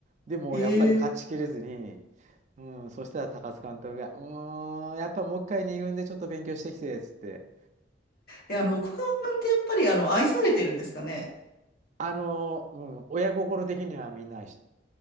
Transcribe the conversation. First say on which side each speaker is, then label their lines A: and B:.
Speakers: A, on the right; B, on the left.
A: でもやっぱり勝ちきれずに、
B: へえ。
A: うん。そしたら高津監督が、うーん、やっぱもう一回二軍でちょっと勉強してきて、つって。
B: え、あの、奥川くんってやっぱりあの、愛されてるんですかね。
A: あの、うん。親心的にはみんな愛して